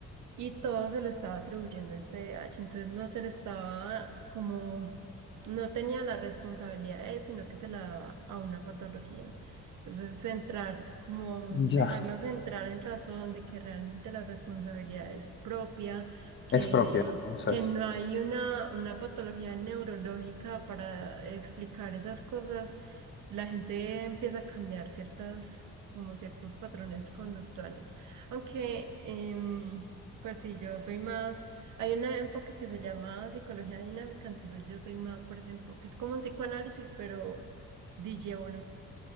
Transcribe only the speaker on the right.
Y todo se lo estaba atribuyendo el T D A H entonces no se le estaba como, no tenía la responsabilidad de él, sino que se la daba a una patología. Entonces, centrar, como dejarlos
entrar en razón de que realmente la responsabilidad es propia, que,
que
no hay una, una patología neurológica para explicar esas cosas, la gente empieza a cambiar ciertas, como ciertos patrones conductuales. Aunque... em, pues sí, yo soy más, hay un enfoque que se llama psicología dinámica, entonces yo soy más por ese enfoque. Es como un psicoanálisis, pero DJ